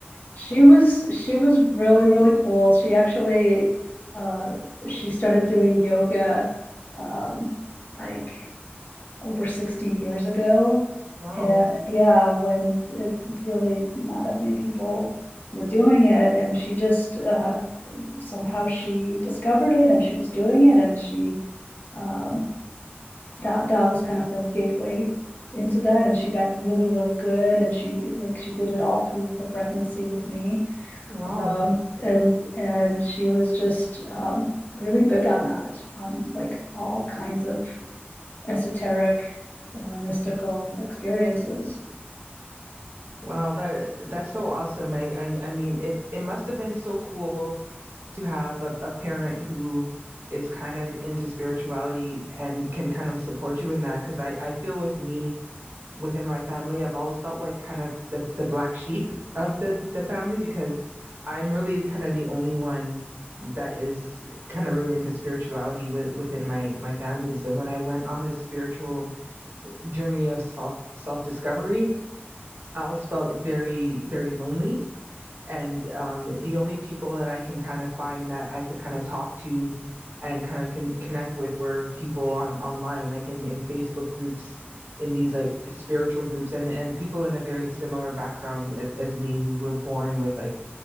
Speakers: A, on the left; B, on the right.
A: She was she was really, really cool. She actually uh she started doing yoga um like over 60 years ago.
B: Wow.
A: And yeah, when it really not that many people were doing it and she just uh, somehow she discovered it and she was doing it and she um that that was kind of her gateway into that and she got really really good and she like she did it all through her pregnancy with me
B: Wow.
A: um and and she was just um really big on that on like all kinds of esoteric uh, mystical experiences
B: Wow, that that's so awesome. I, I I mean it it must have been so cool to have a, a parent who is kind of into spirituality and can kind of support you in that. Because I, I feel with me within my family, I've always felt like kind of the, the black sheep of the, the family because I'm really kind of the only one that is kind of really into spirituality with, within my my family. So when I went on this spiritual journey of self self discovery, I always felt very, very lonely. And um, the only people that I can kind of find that I could kind of talk to and kind of can connect with were people on online, like in, in Facebook groups, in these like spiritual groups, and and people in a very similar background as as me who were born with like,